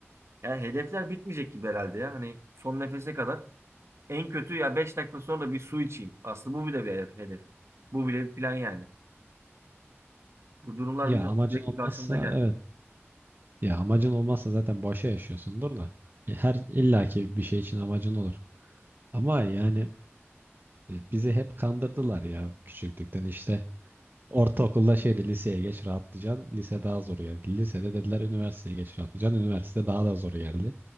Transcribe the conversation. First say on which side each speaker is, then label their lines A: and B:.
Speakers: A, on the right; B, on the right.
A: Yani hedefler bitmeyecek gibi herhalde ya. Hani son nefese kadar en kötü ya 5 dakika sonra da bir su içeyim. Aslında bu bile bir hedef. hedef. Bu bile bir plan yani. Bu durumlar
B: Ya
A: bilmiyorum
B: amacın
A: sürekli
B: olmazsa
A: karşımıza gelecek.
B: evet. Ya amacın olmazsa zaten boşa yaşıyorsundur da. E, her illaki bir şey için amacın olur. Ama yani e, bizi hep kandırdılar ya küçüklükten işte Ortaokulda şeydi liseye geç rahatlayacaksın. Lise daha zor geldi. Lisede dediler üniversiteye geç rahatlayacaksın. Üniversite daha da zor geldi.